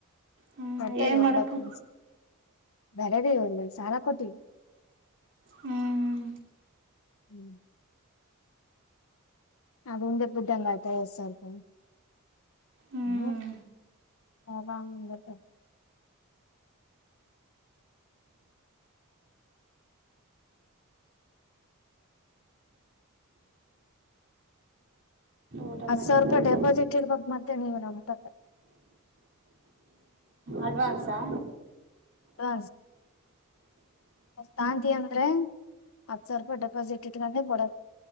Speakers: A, on the right (about 60°); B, on the left (about 70°).
A: ಹ್ಮ್
B: ಮಾಡರ್ತರಿ
A: ಏನ್ ಮಾಡಕ
B: ಒಂಬತ್ ನಿಮಷ ಬೆಳ ರ ಒಂದು ಸಾಲ ಕೊಟ್ಟವಿ
A: ಹ್ಮ್
B: ಹ್ಮ್ ಅದು ಉಂದೇ ಬುದ್ದಂಗಯತ ಐವತ್ತು ಸಾವಿ ರೂಪಾಯಿ
A: ಹ್ಮ್
B: ಹ್ಮ ಹವಾಾಮಂಗತ್ತ
A: ಊಟ
B: ಹತ್
A: ಮಾಡ್ಕೊಂಡದಿ
B: ಸಾವಿರ ರೂಪಾಯಿ ಡೆಪಾಸಿಟ್ ಇರ್ಬೇಕಕ್ ಮತ್ತೆ ನೀವು ನಮ್ತ
A: ಅಡ್ವಾನ್ಸಾ
B: ಹ ಶಾಂತಿ ಅಂದ್ರೆ ಹತ್ತು ಸಾವಿರ ರೂಪಾಯಿ ಡೆಪಾಸಿಟ್ ಇಟ್ಕ ಕೊಡ